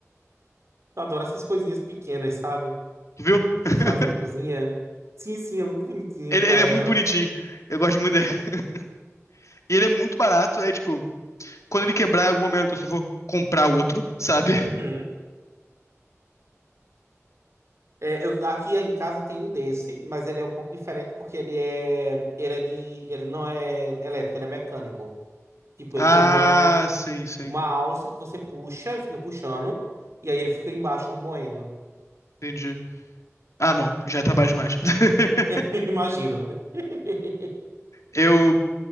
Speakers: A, on the right; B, on the left.
A: Eu adoro essas coisinhas pequenas, sabe?
B: Tu viu? <laughs>
A: que fazem cozinha. Sim, sim, é muito bonitinho,
B: Ele,
A: cara.
B: ele é muito bonitinho. Eu gosto muito dele. <laughs> E ele é muito barato. É tipo, quando ele quebrar em algum momento, eu só vou comprar outro, sabe? <laughs>
A: Uhum. É, eu, aqui em casa tem um desse, mas ele é um pouco diferente porque ele é, ele é de, ele não é elétrico, ele é mecânico. Tipo,
B: Ah,
A: ele tem uma,
B: sim, sim.
A: uma alça que você puxa, fica puxando, e aí ele fica embaixo moendo.
B: Entendi. Ah, não. Já tá baixo demais. <laughs>
A: <laughs> Imagino. <laughs>
B: Eu,